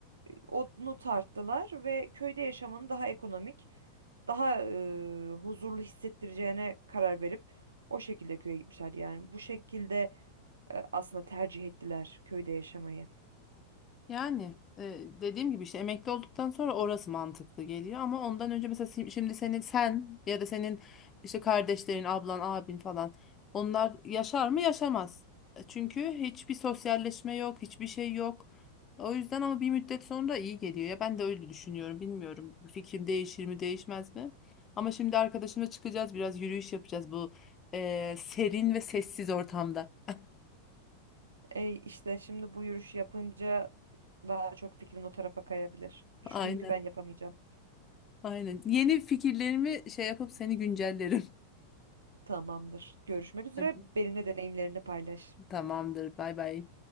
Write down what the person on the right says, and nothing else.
onu tarttılar ve köyde yaşamanın daha ekonomik. daha e, huzurlu hissettireceğine karar verip o şekilde köye gitmişler Yani bu şekilde e, aslında tercih ettiler köyde yaşamayı.
E, işte şimdi bu yürüyüş yapınca daha çok fikrin o tarafa kayabilir.
Çünkü ben yapamayacağım.
Tamamdır. Görüşmek
üzere.
Benimle deneyimlerini paylaş.